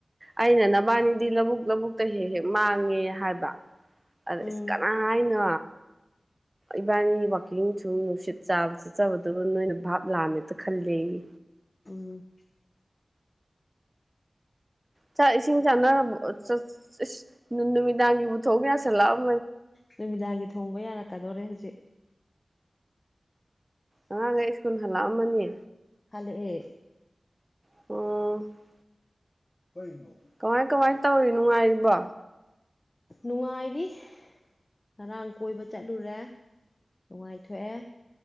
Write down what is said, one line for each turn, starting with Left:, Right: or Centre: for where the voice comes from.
Right: ꯑꯩꯅ ꯅꯕꯥꯅꯤꯗꯤ ꯂꯧꯕꯨꯛ ꯂꯧꯕꯨꯛꯇ ꯍꯦꯛ ꯍꯦꯛ ꯃꯥꯡꯉꯦ ꯍꯥꯏꯕ ꯑꯗ
Left: ꯎꯝ
Right: ꯑꯁ ꯀꯅꯥ ꯍꯥꯏꯅꯦ ꯏꯕꯥꯅꯤ ꯋꯥꯛꯀꯤꯡ ꯊꯨꯝ ꯅꯨꯡꯁꯤꯠ ꯆꯥꯕ ꯆꯠꯆꯕꯗꯨꯒ ꯅꯣꯏꯅ ꯚꯥꯞ ꯂꯥꯝꯃꯦꯇ ꯈꯜꯂꯦ ꯑꯩ
Left: ꯎꯝ
Right: ꯆꯥꯛ ꯏꯁꯤꯡ ꯆꯥꯅ <unintelligible> ꯅꯨꯃꯤꯗꯥꯡꯒꯤ <unintelligible>
Left: ꯅꯨꯃꯤꯗꯥꯡꯒꯤ ꯊꯣꯡꯕ ꯌꯥꯔꯛꯀꯗꯣꯔꯦ ꯍꯧꯖꯤꯛ
Right: ꯑꯉꯥꯡꯒꯩ ꯁ꯭ꯀꯨꯜ ꯍꯜꯂꯛꯑꯃꯅꯤ
Left: ꯍꯂꯛꯑ
Right: <unintelligible>
Left: <unintelligible>
Right: ꯀꯃꯥꯏ ꯀꯃꯥꯏ ꯇꯧꯔꯤꯅꯣꯉꯥꯏꯔꯤꯕꯣ
Left: ꯅꯨꯡꯉꯥꯏꯔꯤ ꯉꯔꯥꯡ ꯀꯣꯏꯕ ꯆꯠꯂꯨꯔꯦ ꯅꯨꯡꯉꯥꯏꯊꯣꯛꯑꯦ